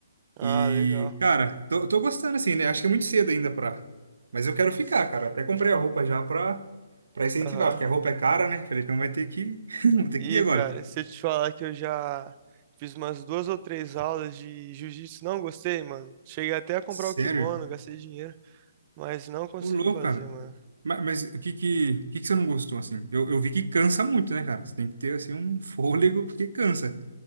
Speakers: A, on the right (about 20°); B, on the right (about 80°).
A: Ah,
B: E,
A: legal.
B: cara, tô, tô gostando assim, né? Acho que é muito cedo ainda pra. Mas eu quero ficar, cara. Até comprei a roupa já pra, pra incentivar,
A: Aham.
B: porque a roupa é cara, né? Falei, então vai ter que. <laughs> Vou ter
A: E,
B: que ir agora.
A: cara, se eu te falar que eu já fiz umas duas ou três aulas de jiu-jitsu, não gostei, mano. Cheguei até a comprar
B: Sério?
A: o kimono, gastei dinheiro, mas não consegui
B: Ô, louco,
A: fazer,
B: cara.
A: mano.
B: Ma- Mas, o que que, o que que você não gostou, assim? Eu, eu vi que cansa muito, né, cara? Você tem que ter, assim, um <laughs> fôlego porque cansa.